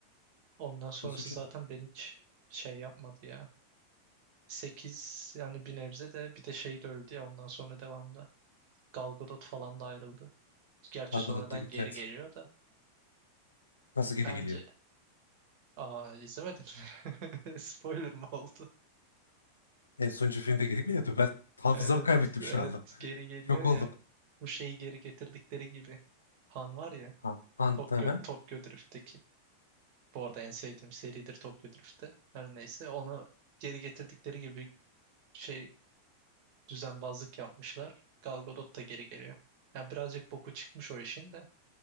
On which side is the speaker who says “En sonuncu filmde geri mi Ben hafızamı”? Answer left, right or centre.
Left